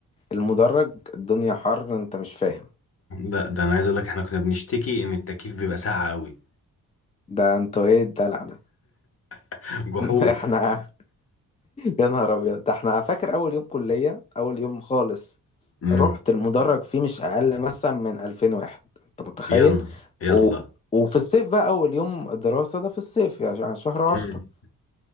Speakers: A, on the left (about 20°); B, on the left (about 40°).
A: المدرج الدنيا حر انت مش فاهم
B: ده ده انا عايز اقول لك احنا كنا بنشتكي ان التكييف بيبقى ساقع قوي
A: ده انتوا ايه الدلع ده
B: <laughs> جحود
A: <laughs> احنا يا نهار ابيض ده احنا فاكر اول يوم كليه اول يوم خالص
B: امم
A: رحت المدرج فيه مش اقل مثلا من 2000 واحد انت متخيل
B: يلا يلا
A: و... وفي الصيف بقى اول يوم دراسه ده في الصيف يعني عشان شهر عشرة
B: امم